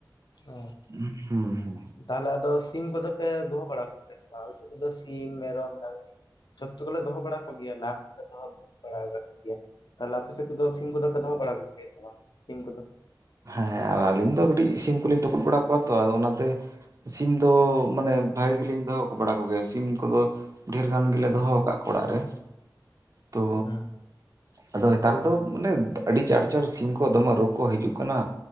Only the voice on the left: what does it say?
ᱚ
ᱛᱟᱦᱚᱞᱮ ᱟᱫᱚ ᱥᱤᱢ ᱠᱚᱫᱚ ᱯᱮ ᱫᱚᱦᱚ ᱵᱟᱲᱟ ᱠᱚᱜᱮᱭᱟ ᱥᱮ ᱵᱟᱝ ᱟᱞᱮ ᱥᱮᱫ ᱨᱮᱫᱚ ᱥᱤᱢ, ᱢᱮᱨᱚᱢ, ᱰᱟᱝᱨᱤ ᱡᱷᱚᱛᱚ ᱠᱚᱞᱮ ᱫᱚᱦᱚ ᱵᱟᱲᱟ ᱠᱚᱜᱮᱭᱟ <inaudible> ᱫᱚᱦᱚ ᱵᱟᱲᱟ ᱠᱟᱜ ᱠᱚᱜᱮᱭᱟ᱾ ᱛᱟᱦᱚᱞᱮ ᱟᱯᱮ ᱥᱮᱫ ᱠᱚᱫᱚ ᱥᱤᱢ ᱠᱚᱫᱚᱯᱮ ᱫᱚᱦᱚ ᱵᱟᱲᱟ ᱠᱚᱜᱮᱭᱟ ᱥᱮ ᱵᱟᱝ ᱥᱤᱢ ᱠᱚᱫᱚ?
ᱦᱮᱸ
ᱦᱮᱸ